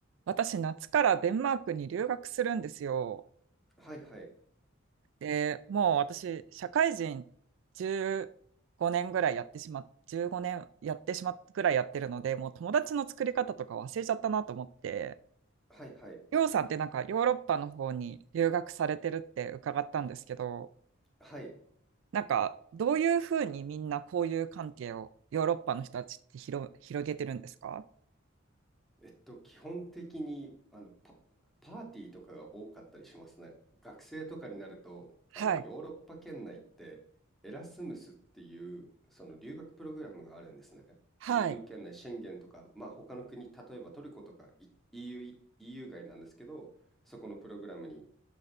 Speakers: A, on the right; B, in the centre.
A: 私、夏からデンマークに留学するんですよ。
B: はいはい。
A: で、もう私、社会人15年ぐらいやってしまっ、15年やってしまっぐらいやってるので、もう友達の作り方とか忘れちゃったなと思って、
B: はいはい。
A: りょうさんってなんかヨーロッパの方に留学されてるって伺ったんですけど、
B: はい。
A: なんかどういうふうにみんなこういう関係をヨーロッパの人たちって広、広げてるんですか
B: えっと、基本的に、あの、パ、パーティーとかが多かったりしますね。学生とかになると、
A: はい。
B: あの、ヨーロッパ圏内って、エラスムスっていう、その留学プログラムがあるんですね。
A: はい。
B: EU 圏内、シェンゲンとか、まあ他の国、例えばトルコとか EU、EU 外なんですけど、そこのプログラムに、